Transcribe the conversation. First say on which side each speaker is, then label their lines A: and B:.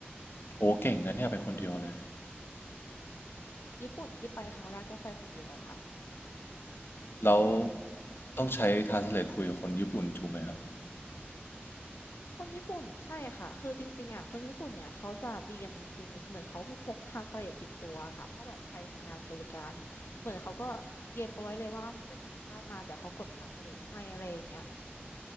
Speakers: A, on the left (about 60°); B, on the left (about 80°).
A: โอ้เก่งนะเนี่ยไปคนเดียวเลย
B: ญี่ปุ่นที่ไปครั้งแรกก็ไปคนเดียวค่ะ
A: แล้วต้องใช้ Translate คุยกับคนญี่ปุ่นถูกไหมครับ
B: คนญี่ปุ่นใช่ค่ะคือจริงๆอะคนญี่ปุ่นเนี่ยเขาจะดีอย่างหนึ่งคือเหมือนเขามีพกทรานสเลทติดตัวค่ะถ้าแบบใครทำงานบริการเหมือนเขาก็เตรียมเอาไว้เลยว่าถ้าเป็นต่างชาติมาเดี๋ยวเขากดทรานสเลทให้อะไรอย่างเงี้ย